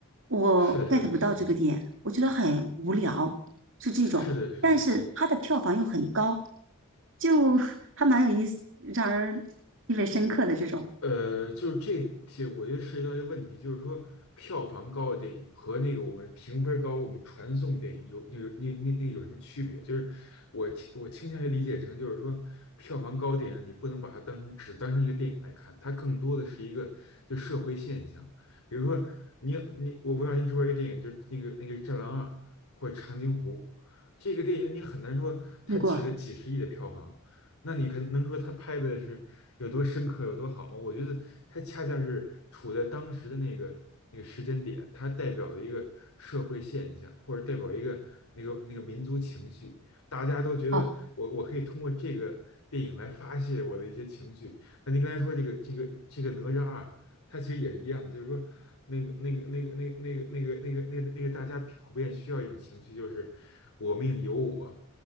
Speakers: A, on the right (about 60°); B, on the left (about 75°).
A: 我
B: 是的，是的，
A: get 不到这个点，
B: 嗯，
A: 我觉得很无聊，是这种。
B: 是的，是的。
A: 但是它的票房又很高，就 <laughs> 还蛮有意思，让人意味深刻的这种。
B: 呃，就是这题，我觉得涉及到一个问题，就是说票房高的电影和那个我们评分高、我们传送电影有有那那那有什么区别？就是我倾我倾向于理解成，就是说票房高的电影，你不能把它当成只当成一个电影来看，它更多的是一个就社会现象。比如说你你，我不知道您知不知道一个电影，就是那个那个《战狼二》或者《长津湖》，这个电影你很难说它取得几十亿的票房。
A: 听过
B: 那你可能说他拍的是有多深刻、有多好吗？我觉得他恰恰是处在当时的那个那个时间点，它代表了一个社会现象，或者代表一个那个那个民族情绪。大家都觉得我我可以通过这个电影来发泄我的一些情绪。
A: 哦，
B: 那您刚才说这个这个这个哪吒二，它其实也是一样的，就是说那个那个那个那个那个那个那个那个那个大家普遍需要一种情绪，就是我命由我